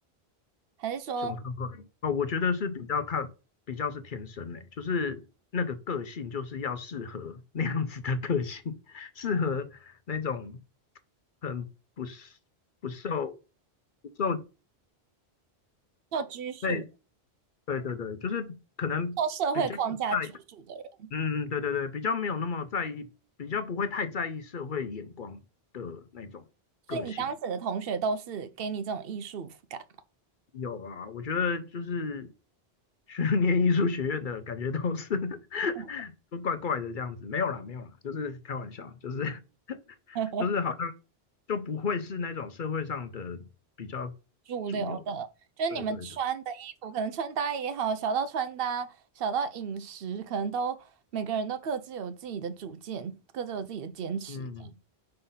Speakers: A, on the right; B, on the left.
A: 还是说
B: 什么课会哦，我觉得是比较看，比较是天生诶、就是那个个性就是要适合那样子的个性，<laughs> 适合那种很不是不受不受
A: 受拘束、
B: 在对对对，就是可能比较不在意
A: 受社会框架拘束的人？
B: 嗯对对对，比较没有那么在意，比较不会太在意社会眼光的那种个性。
A: 所以你当时的同学都是给你这种艺术感
B: 有啊，我觉得就是去 <laughs> 念艺术学院的感觉都是 <laughs>
A: 吗？
B: 都怪怪的这样子，没有啦，没有啦，就是开玩笑，就是 <laughs>
A: <laughs>
B: 就是好像就不会是那种社会上的比较
A: 主流的，
B: 主流的，
A: 就是你们穿的衣服，
B: 对对的，
A: 可能穿搭也好，小到穿搭，小到饮食，可能都每个人都各自有自己的主见，各自有自己的坚持的。
B: 嗯。